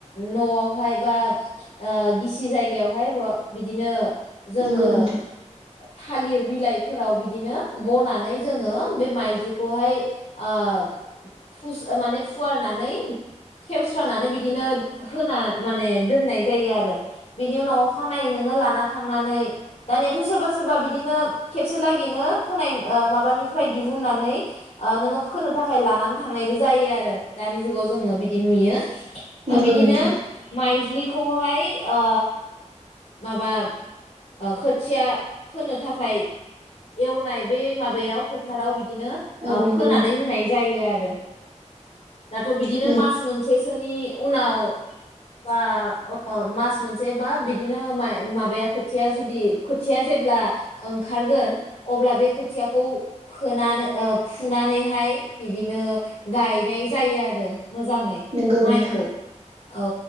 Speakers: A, on the left (about 55°); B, on the right (about 50°).
A: नआवहाय बा ओ गिसि जायगायावहाय बिदिनो जोङो
B: नंगौ नोंथां
A: थालिर बिलाइ फोराव बिदिनो बनानै जोङो बे माइज्लिखौहाय ओ फुस माने फुवारनानै खेवस्रानानै बिदिनो होना माने दोननाय जायो आरो बिनि उनाव अखानायै नोङो लाना थांनानै दानियाथ सोरबा सोरबा बिदिनो खेबसे लागैनो फोनाय ओ माबानिफ्राय दिहुननानै ओ नोङो फोनो थाखाय लानानै थांनायबो जायो आरो दानि जुगाव जोङो बिदि नुयो
B: नंगौ
A: बिदिनो
B: नोंथां
A: माइज्लि खौहाय ओ माबा खोथिया फोनो थाखाय एवनाय बै माबायाव फोथाराव बिदिनो
B: औ
A: ओ
B: नंगौ
A: फोनानै
B: नोंथां
A: होनाय जायो आरो रो <inaudible> दाथ बिदिनो
B: औ
A: मास मोनसेसोनि उनाव बा मास मोनसे बा बिदिनो माबाया खोथिया जुदि खोथिया जेब्ला ओंखारगोन अब्ला बे खोथियाखौ फोनानै फुनानैहाय बिदिनो गायनाय जायो आरो मोजाङै
B: नंगौ
A: माइखौ
B: नोंथां नंगौ नोंथां
A: औ